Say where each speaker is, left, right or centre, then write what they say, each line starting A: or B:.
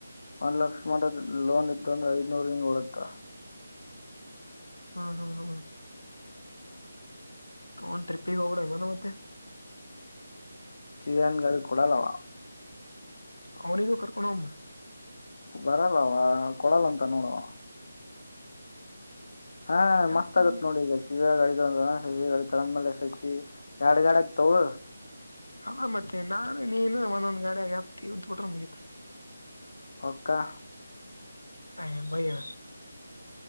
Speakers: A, on the left; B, on the left.
A: ನ್ ಲಕ್ಷ್ಮದ ಲೋನ್ ಇದ್ದ ಒಂದು ಐನೂರು ಹಂಗ ಬರತ್ತ
B: ಹ್ಮ ಹ್ಮ್ ಹ್ಮ್ ತಗೋಂಡನ ಟ್ರಿಪ್ಪಿ ಗ ಹೋಗೋರನ ಮತ್ತೆ
A: ಸಿವಿಯನ್ ಗಾಡಿ ಕೊಡಲ್ಲವ
B: ಅವನಿಗೂ ರ್ಕೋಂಡಮ
A: ಬರಲ್ಲವ ಕೊಡಲ್ಲ ಅಂತ ನೋಡುವ ಹಾ
B: ಹೆಂಗ್
A: ಮಸ್ತ್
B: ಕೊಡಲ್ಲ
A: ಆಗತ್ ನೋಡಿ ಈಗಾಗ ಇ ಶಿಡೆ ತಳಂದ್ಮೇಲೆ ಶಶಿ ಎರಡ್ ಗಾಡ ಆಗ್ತವು
B: ಹ ಮತ್ತೆ ನಾನು ನೀನು ಒಂದೊಂದ್ ಗಾಡಗ ಒಂದು ಪೋಟಾರ ಮುಗಿತ
A: ರೋಕ್ಕಾ
B: ಹ್ ಭಯಾ